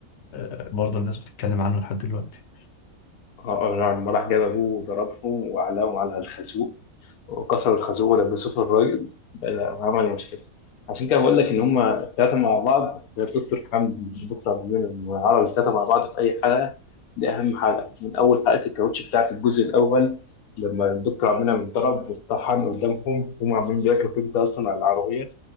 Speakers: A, on the left (about 60°); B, on the left (about 80°).
A: آه، برضه الناس بتتكلم عنه لحد دلوقتي
B: آه، لما راح جاب أبوه وضربهم وعلقهم على الخازوق وكسر الخازوق ولبسوه في الراجل بقى- وعمل مشكلة عشان كده بقول لك إن هما التلاتة مع بعض دكتور حمد دكتور عبد المنعم وعرب التلاتة مع بعض في أي حلقة دي أهم حلقة من أول حلقة الكاوتش بتاعة الجزء الأول لما الدكتور عبد المنعم اتضرب واتطحن قدامهم هما عاملين بياكلوا كبدة أصلا على العربية